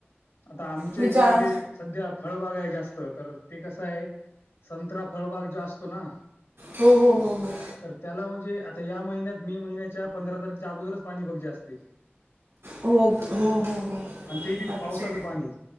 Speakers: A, on the left; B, on the right.
A: आता आमच्या
B: विचार
A: इकड म्हणजे सध्या फळबाग आहे जास्त तर ते कसं आहे संत्रा फळबाग जो असतो ना
B: हो, हो, हो, हो
A: तर त्याला म्हणजे या महिन्यात मे महिन्याच्या पंधरा तारखेच्या अगोदरच पाणी बघजी असते
B: हो, हो, हो, हो
A: आणि ते बी
B: अच्छा
A: पावसाचं पाणी